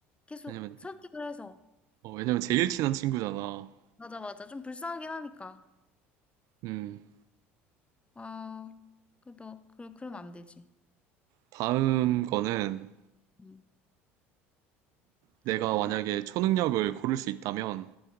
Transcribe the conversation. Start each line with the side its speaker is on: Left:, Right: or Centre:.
Left: 계속
Right: 아니면,
Left: 설득을 해서.
Right: 어, 왜냐면 제일 친한 친구잖아.
Left: 맞아, 맞아. 좀 불쌍하긴 하니까.
Right: 음,
Left: 아, 그래도, 그, 그럼 안 되지.
Right: 다음 거는
Left: 음,
Right: 내가
Left: 다음 거는?
Right: 만약에 초능력을 고를 수 있다면